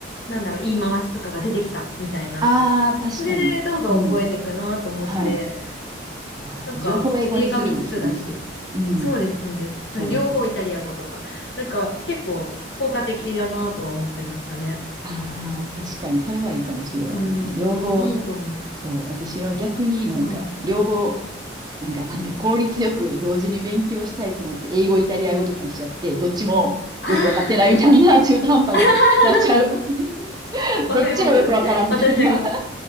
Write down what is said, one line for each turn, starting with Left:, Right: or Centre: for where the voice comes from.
Left: なんだろう、言い回しとかが出てきたみたいな、
Right: ああ、確かに。
Left: それでどんどん覚えていくなと思って、
Right: うん。はい。あ、
Left: なんか、
Right: 情報を英語にするんですね。
Left: 映画見つつだし。
Right: うん。
Left: そうです、そうです。
Right: そうですね。
Left: 両方イタリア語とか。なんか、結構効果的だなとは思ってましたね。
Right: ああ、確かに、それはいいかもしれないですね。
Left: うん。
Right: 両方、
Left: いいと思う。
Right: そう、私は逆になんか、
Left: はい。
Right: 両方なんかなんで効率よく同時に勉強したいと思って英語、イタリア語とかにしちゃって、どっちもよくわかってないみたいな中途半端になっちゃう。
Left: ああ、<laughs>
Right: <laughs>
Left: わかります。
Right: どっちもよくわからんみたいな
Left: 私も。
Right: <laughs>